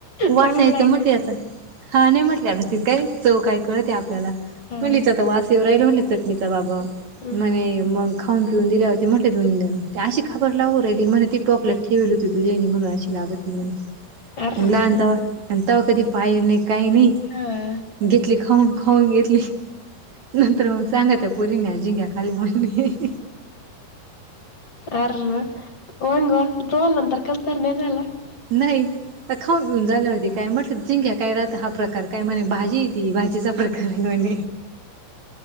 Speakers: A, on the right; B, on the left.
A: वास
B: चांगले
A: यायचं
B: लागले
A: म्हटलं
B: ते.
A: याचा. हा नाही म्हटले आता ति काय चव काय कळते आपल्याला.
B: हं,
A: चटणी चा तर वासवर राहिला होले चटणीचा बाबा. <unintelligible>
B: हं.
A: म्हणे मग खाऊन पिऊन दिल्या होती म्हटले तु अशी खाबर लाव म्हण ती टोपल्यात ठेवली होती तुझ्या आईन म्हणून अशी लागत त म्हणे
B: अर्र
A: आण तवा. आणि तेव्हा कधी पाहल नाही काही नाही
B: हं,
A: घेतली खाऊन खाऊन घेतली. नंतर म सांगा त्या पोरीन झिंंग्या खाली म्हणी <unintelligible>
B: अर वंग तो आ नंतर कस तर नाही झालं <unintelligible>
A: नाही. खाऊ पिऊन झाल्यावर होती काय म्हटलं जिंक्या काय राहत हा प्रकार काय म्हणे भाजी ती भाजीचा प्रकारी ह्यो आणी.